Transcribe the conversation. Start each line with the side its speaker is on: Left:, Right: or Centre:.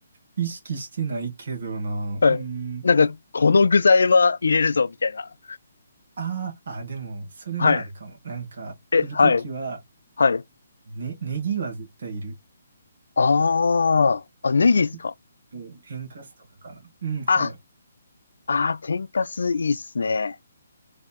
Right: 意識してないけどな。
Left: はい。
Right: うん。
Left: なんか、この具材は入れるぞ、みたいな。
Right: ああ、あ、でも、それはあるかも。
Left: はい。
Right: なんか、
Left: え、
Right: 来るときは、
Left: はい。はい。
Right: ね、ネギは絶対いる。
Left: ああ、あ、ネギっすか
Right: ネギと天かすとかかな。うん、はい。
Left: あ、あー、天かすいいっすね。